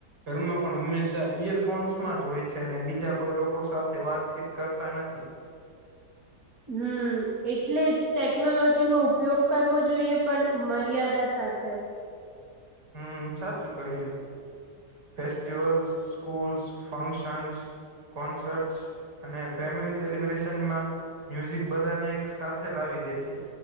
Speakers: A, on the right; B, on the right.
A: ઘરમાં પણ હંમેશા ઈયરફોન્સમાં જ હોય છે અને બીજા કોઈ લોકો સાથે વાતચીત કરતા નથી.
B: હમ્મ એટલે જ ટેકનોલોજી નો ઉપયોગ કરવો જોઈએ પણ મર્યાદા સાથે
A: હમ્મ સાચું કહ્યું. Festivals, schools, functions, concerts. અને ફેમિલી સેલિબ્રેશનમાં મ્યુઝિક બધાને એક સાથે લાવી દે છે.